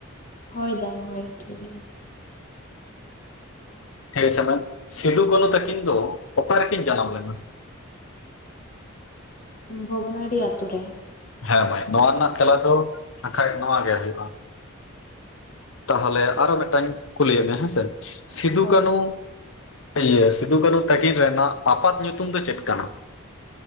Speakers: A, on the left (about 40°); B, on the left (about 70°).
A: ᱦᱳᱭ ᱫᱟ ᱦᱳᱭ, ᱴᱷᱤᱠ ᱜᱮ᱾
B: ᱴᱷᱤᱠ ᱟᱪᱷᱮ ᱢᱟ, ᱥᱤᱫᱩ ᱠᱟᱹᱱᱩ ᱛᱟᱹᱠᱤᱱ ᱫᱚ ᱚᱠᱟᱨ ᱨᱮᱠᱤᱱ ᱡᱟᱱᱟᱢ ᱞᱮᱱᱟ?
A: ᱵᱷᱚᱜᱽᱱᱟᱰᱤ ᱟᱹᱛᱳ ᱨᱮ᱾
B: ᱦᱮᱸ ᱢᱟᱹᱭ, ᱱᱚᱣᱟ ᱨᱮᱱᱟᱜ ᱛᱮᱞᱟ ᱫᱚ ᱱᱟᱠᱷᱟᱡ ᱱᱚᱣᱟ ᱜᱮ ᱦᱩᱭᱩᱜ-ᱟ᱾ ᱛᱟᱦᱞᱮ ᱟᱨᱚ ᱢᱤᱫᱴᱟᱝ ᱠᱩᱞᱤᱭᱮᱫ ᱢᱮᱭᱟ ᱦᱮᱸᱥᱮ, ᱥᱤᱫᱩ
A: ᱦᱳᱭ
B: ᱠᱟᱹᱱᱩ ᱤᱭᱟᱹ ᱥᱤᱫᱩ ᱠᱟᱹᱱᱩ ᱛᱟᱹᱠᱤᱱ ᱨᱮᱱᱟᱜ ᱟᱯᱟᱛ ᱧᱩᱛᱩᱢ ᱫᱚ ᱪᱮᱫ ᱠᱟᱱᱟ?